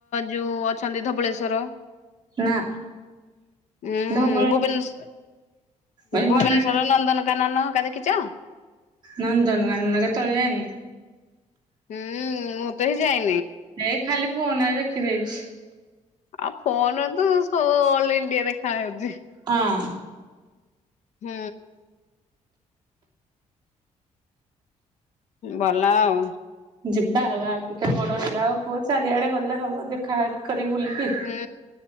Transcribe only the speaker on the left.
ଯୋଉ ଅଛନ୍ତି ଧବଳେଶ୍ଵର।
ହୁଁ
ଭୁବନେଶ
ଭୁବନେଶ୍ଵର
ନନ୍ଦନକାନନ ହଙ୍କା ଦେଖିଚ?
ହୁଁ ମୁଁ ତ ହିଁ ଯାଇନି।
ଆଉ ଫୋନ ତ ସବୁ ଅଲ ଇଣ୍ଡିଆ ଦେଖାହାଉଚି।
ହୁଁ। ଭଲ ଆଉ।
ହୁଁ।